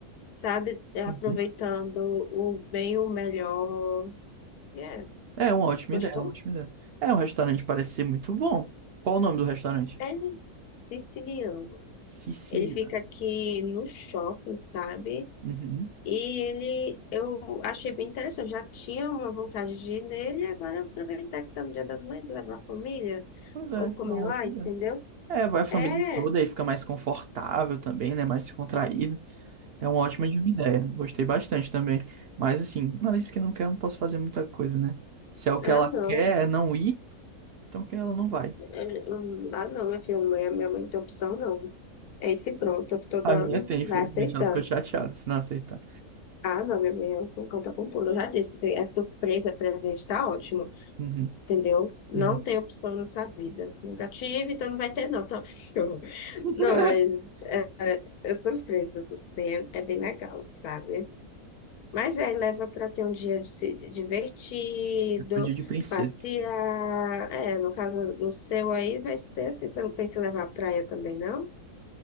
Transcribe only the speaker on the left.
sabe? Aproveitando
o bem, o melhor. É,
gostou?
É siciliano.
Ele fica aqui no shopping, sabe?
E ele, eu achei bem interessante, já tinha uma vontade de ir nele, agora aproveitar que tá no Dia das Mães, levar a família,
ou
comer
lá, entendeu?
É,
é,
ah
não,
É, hum, ah não, minha filha, minha, minha mãe não tem opção não, é esse pronto que eu estou
dando,
vai aceitando
Ah não, minha mãe, ela só conta com tudo, eu já disse, é surpresa, é presente, tá ótimo,
entendeu? Não
tem opção nessa vida, nunca tive, então não vai ter não, tá? <laughs>
Não, mas Eu sou fresas, assim, é, é bem legal, sabe? Mas aí leva para ter um dia de se- divertido,
passear. É, no caso do seu aí, vai ser assim. Você não pensa em levar à praia também, não?